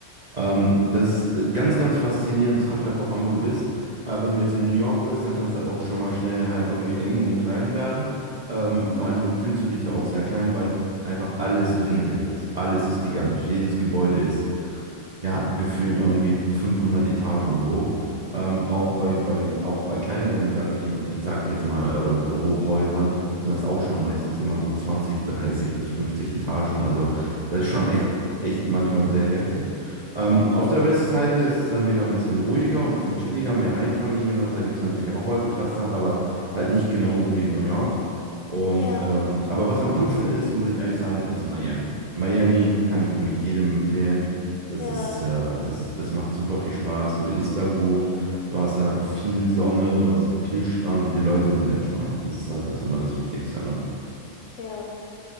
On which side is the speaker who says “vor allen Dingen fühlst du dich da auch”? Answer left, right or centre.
Right